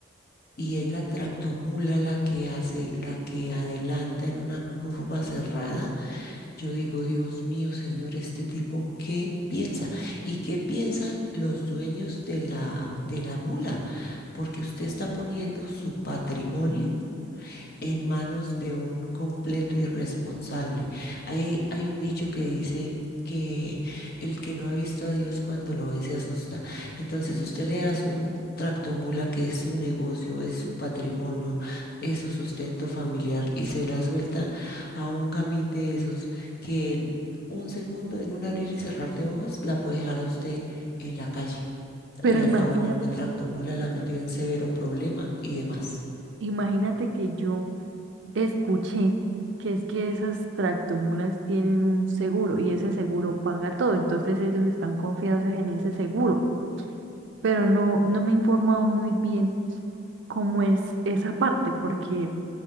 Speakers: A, on the left; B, on the right.
A: y es la tractomula la que hace, la que adelanta en una curva cerrada yo digo, Dios mío, Señor, este tipo, ¿qué piensa? ¿Y qué piensan los dueños de la, de la mula? Porque usted está poniendo su patrimonio en manos de un completo irresponsable. Hay, hay un dicho que dice que el que no ha visto a Dios cuando lo ve se asusta. Entonces usted le da su tractomula que es su negocio, es su patrimonio, es su sustento familiar y se la suelta a un gamín de esos que en un segundo, en un abrir y cerrar de ojos, la puede dejar a usted en la calle.
B: Pero
A: Le acabó
B: imagínate,
A: la la tractomula, la metió en severo problema y demás.
B: imagínate que yo escuché que es que esas tractomulas tienen un seguro y ese seguro paga todo, entonces ellos están confiados en ese seguro, pero no, no me he informado muy bien cómo es esa parte, porque